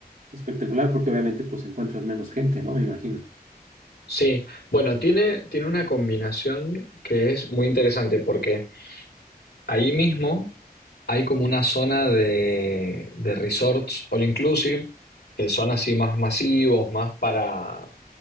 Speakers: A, on the right (about 55°); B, on the left (about 85°).
A: espectacular porque obviamente pues encuentras menos gente, ¿no? Me imagino.
B: Sí, bueno, tiene, tiene una combinación que es muy interesante porque ahí mismo hay como una zona de, de resorts all inclusive, que son así más masivos, más para,